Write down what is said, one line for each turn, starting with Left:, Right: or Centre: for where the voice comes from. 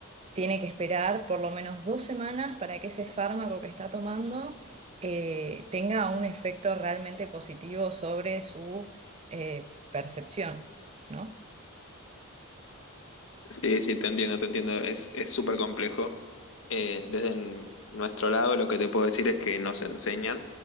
Right: tiene que esperar por lo menos dos semanas para que ese fármaco que está tomando eh, tenga un efecto realmente positivo sobre su eh, percepción, ¿no?
Left: Sí, sí, te entiendo, te entiendo. Es, es súper complejo. Eh, desde n- nuestro lado, lo que te puedo decir es que nos enseñan,